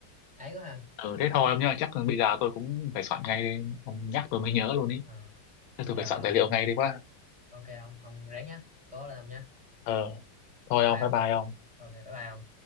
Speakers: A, in the centre; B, on the left (about 80°).
A: ấy quá ha
B: ừ thế
A: ổn
B: thôi
A: á
B: ông nhá chắc bây giờ tôi cũng phải soạn ngay đây ông nhắc tôi mới nhớ luôn ý
A: Ờ,
B: Thế tôi
A: giờ
B: phải soạn
A: ông-
B: tài liệu ngay đi quá.
A: ok không ông ráng nhá cố lên ông nhá
B: Ờ, thôi ông,
A: bao
B: bye bye
A: nha
B: ông.
A: ok bye bye ông.